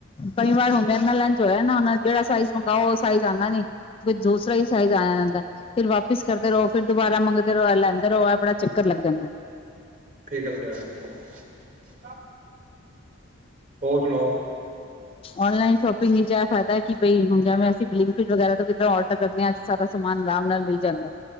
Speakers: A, on the left; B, on the right.
A: ਕਈ ਵਾਰ ਹੁਨ ਮੇਰੇ ਨਾਲ ਐਂਜ ਹੋਇਆ। ਉਹ ਜਿਹੜਾ ਸਾਈਜ਼ ਮੰਗਵਾਓ ਉਹ ਸਾਈਜ਼ ਆਂਦਾ ਨੀ ਕੋਈ ਦੂਸਰਾ ਹੀ ਸਾਈਜ਼ ਆ ਜਾਂਦਾ ਫਰ ਵਾਪਿਸ ਕਰਦੇ ਰਹੋ ਫਿਰ ਦੁਬਾਰਾ ਮੰਗਦੇ <unintelligible> ਜਾਂਦਾ।
B: ਠੀਕ ਗੱਲ ਕਹਿ ਰਹੇ ਹੋ। ਹਾਂ। ਹੋਰ ਸੁਣਾਓ।
A: ਔਨਲਾਈਨ ਸ਼ੋਪਿੰਗ ਵਿਚ ਇਹ ਫਾਇਦਾ ਹੈ। ਕਿ ਬਈ ਹੁਣ ਜਵੇਂ ਅਸੀਂ ਔਨਲਾਇਨ ਸੌ਼ਪਿੰਗ ਵਿੱਚ ਇਹ ਫਾਯਦਾ ਹੈ ਕਿ ਜਿਵੇਂ ਬਲਿੰਕ ਵਗੈਰਾ ਤੋਂ ਕਿੱਦਾ ਔਡਰ ਕਰਦੇ ਹਾਂ ਸਾਰਾ ਸਮਾਨ ਆਰਾਮ ਨਾਲ ਮਿਲ ਜਾਂਦਾ।